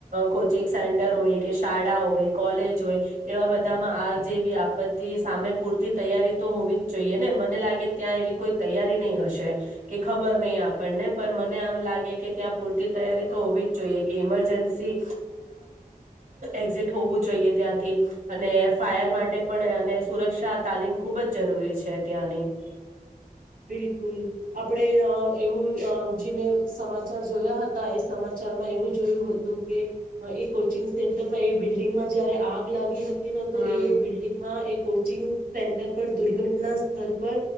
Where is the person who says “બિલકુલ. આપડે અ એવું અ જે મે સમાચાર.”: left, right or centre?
Right